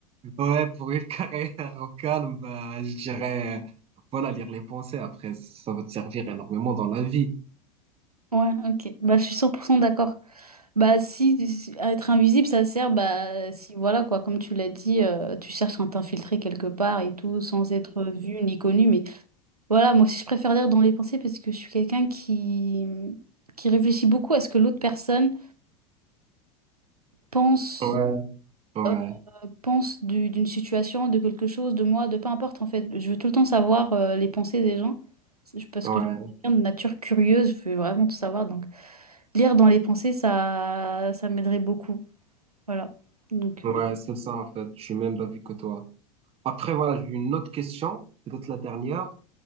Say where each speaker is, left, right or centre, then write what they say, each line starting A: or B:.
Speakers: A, on the right; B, on the right.
A: ouais, pour une <laughs> carrière au calme, bah, je dirais, euh, voilà, lire les pensées. Après, ça va te servir énormément dans la vie.
B: Ouais, ok. Bah, je suis 100% d'accord. Bah, si, si- à être invisible, ça sert, bah, si, voilà, quoi, comme tu l'as dit, euh, tu cherches à t'infiltrer quelque part et tout, sans être vu ni connu. Mais voilà, moi aussi, je préfère lire dans les pensées parce que je suis quelqu'un qui, qui réfléchit beaucoup à ce que l'autre personne pense,
A: Ouais, ouais,
B: euh, pense du- d'une situation, de quelque chose, de moi, de peu importe, en fait. Je veux tout le temps savoir, euh, les pensées des gens C'est- parce
A: ouais,
B: que je suis quelqu'un de nature curieuse, je veux vraiment tout savoir. Donc. Lire dans les pensées, ça, ça m'aiderait beaucoup. Voilà. Donc,
A: ouais,
B: euh,
A: c'est ça en fait, je suis même d'avis que toi. Après, voilà, j'ai une autre question, peut-être la dernière.